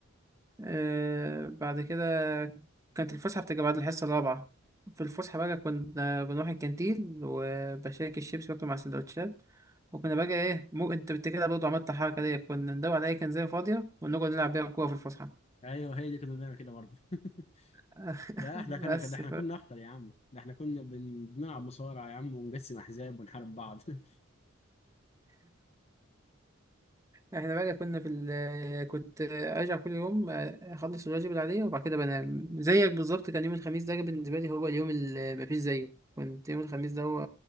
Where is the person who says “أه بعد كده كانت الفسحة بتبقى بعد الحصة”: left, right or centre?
Right